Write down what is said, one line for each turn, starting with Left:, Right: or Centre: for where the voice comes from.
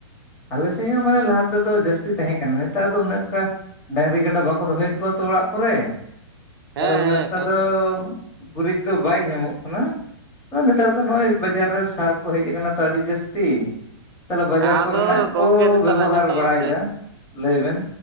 Left: ᱟᱞᱮ ᱥᱮᱫ ᱦᱚᱸ ᱢᱟᱱᱮ ᱞᱟᱦᱟ ᱛᱮᱫᱚ ᱡᱟᱹᱥᱛᱤ ᱛᱟᱦᱮᱸ ᱠᱟᱱᱟ ᱱᱮᱛᱟᱨ ᱫᱚ ᱩᱱᱟᱹᱜ ᱴᱟ ᱰᱟᱹᱭᱨᱤ ᱠᱟᱰᱟ ᱵᱟᱠᱚ ᱫᱚᱦᱚᱭᱮᱫ ᱠᱚᱣᱟ ᱛᱚ ᱚᱲᱟᱜ ᱠᱚᱨᱮ ᱛᱟᱦᱞᱮ
Right: ᱦᱮᱸ
Left: ᱩᱱᱟᱹᱜ
Right: ᱦᱮᱸ
Left: ᱴᱟ
Right: ᱠᱟᱱ
Left: ᱫᱚ
Right: ᱜᱮᱭᱟᱢ
Left: ᱜᱩᱨᱤᱡ ᱫᱚ ᱵᱟᱭ ᱧᱟᱢᱚᱜ ᱠᱟᱱᱟ, ᱱᱮᱛᱟᱨ ᱫᱚ ᱱᱚᱜ-ᱚᱭ ᱵᱟᱡᱟᱨ ᱨᱮ ᱥᱟᱨ ᱠᱚ ᱦᱮᱡ ᱟᱠᱟᱱᱟ ᱛᱚ ᱟᱹᱰᱤ ᱡᱟᱹᱥᱛᱤ ᱛᱟᱦᱚᱞᱮ ᱵᱟᱡᱟᱨ
Right: ᱟᱫᱚ
Left: ᱠᱚᱨᱮᱱᱟᱜ
Right: ᱜᱚᱝᱠᱮ
Left: ᱠᱚ
Right: ᱱᱮᱛᱟᱨ
Left: ᱵᱮᱵᱚᱦᱟᱨ
Right: ᱟᱸᱡᱚᱢ ᱛᱟᱞᱟᱝ
Left: ᱵᱟᱲᱟᱭᱮᱫᱟ
Right: ᱢᱮᱥᱮ
Left: ᱞᱟᱹᱭ ᱵᱮᱱ